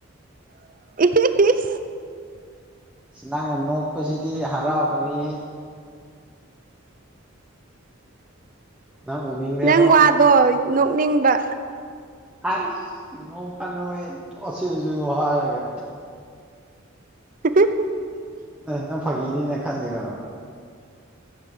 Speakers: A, on the right (about 40°); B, in the centre.
A: <unintelligible>
B: ꯑꯁ ꯅꯪꯅ ꯅꯣꯛꯄꯁꯤꯗꯤ ꯍꯔꯥꯎꯍꯜꯂꯤ ꯅꯪ ꯎꯅꯤꯡꯈ꯭ꯔꯦꯕꯣ
A: ꯅꯪ ꯋꯥꯗꯣ ꯅꯣꯛꯅꯤꯡꯕ
B: ꯍꯥꯏꯁ ꯅꯣꯛꯀꯅꯣꯍꯦ <unintelligible> ꯍꯁꯏꯔꯒ
A: <unintelligible>
B: ꯅ ꯅꯪ ꯐꯥꯒꯤꯅꯤꯅ ꯈꯜꯂꯤꯔꯣ